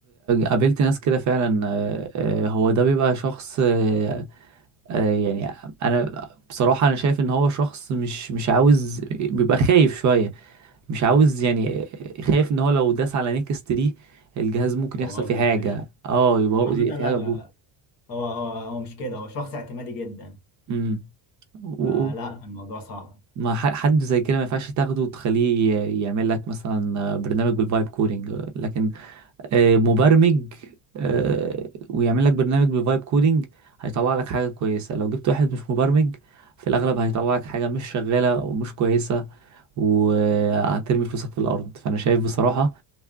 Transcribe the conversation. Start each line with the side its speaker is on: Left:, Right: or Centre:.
Right: قابلت ناس كده فعلا آه، آه، هو ده بيبقى شخص آه، آه، يعني انا بصراحة انا شايف ان هو شخص مش مش عاوز بيبقى خايف شوية مش عاوز يعني خايف ان هو لو داس على نيكست دي الجهاز ممكن
Left: بوظ
Right: يحصل فيه حاجة
Left: له حاجة
Right: اه يبقى هو-
Left: عامة
Right: في
Left: لا
Right: حاجة بوت
Left: لا هو هو هو مش كده هو شخص اعتمادي جدا
Right: امم و-
Left: فلا
Right: و-
Left: الموضوع صعب
Right: ما ح- حد زي كده ما ينفعش تاخده وتخليه ي- يعمل لك مثلا برنامج بالفايب كودينج لكن آه، مبرمج آه، ويعمل لك برنامج بفايب كودينج هيطلع لك حاجة كويسة لو جبت واحد مش مبرمج في الأغلب هيطلع لك حاجة مش شغالة ومش كويسة وهترمي فلوسك في الأرض فأنا شايف بصراحة